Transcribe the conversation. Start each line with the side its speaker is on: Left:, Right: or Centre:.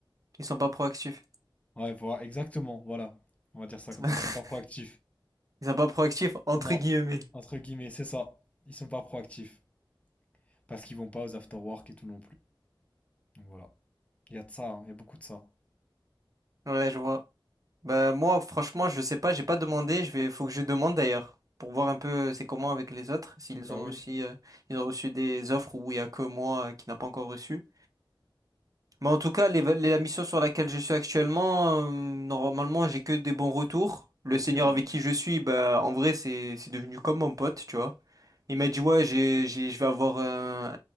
Right: ils sont pas proactifs.
Left: Ouais, voilà, exactement, voilà. On va dire ça
Right: <laughs>
Left: comme ça. Ils sont pas proactifs.
Right: Ils sont pas proactifs entre
Left: Non,
Right: guillemets.
Left: entre guillemets, c'est ça. Ils sont pas proactifs. Parce qu'ils vont pas aux after-work et tout non plus. Donc voilà. Il y a de ça, hein, il y a beaucoup de ça.
Right: Ouais, je vois. Bah moi, franchement, je sais pas, j'ai pas demandé. Je vais, faut que je demande d'ailleurs pour voir un peu euh, c'est comment avec les autres, s'ils
Left: Bah
Right: ont
Left: oui.
Right: aussi, euh, ils ont reçu des offres où il y a que moi euh, qui n'a pas encore reçu. Mais en tout cas, les- les- la mission sur laquelle je suis actuellement, euh, normalement, j'ai que des bons retours. Le
Left: Ok,
Right: seigneur
Left: bah
Right: avec
Left: oui.
Right: qui je suis, bah, en vrai, c'est c'est devenu comme mon pote, tu vois. Il m'a dit, ouais, j'ai, j'ai- je vais avoir un,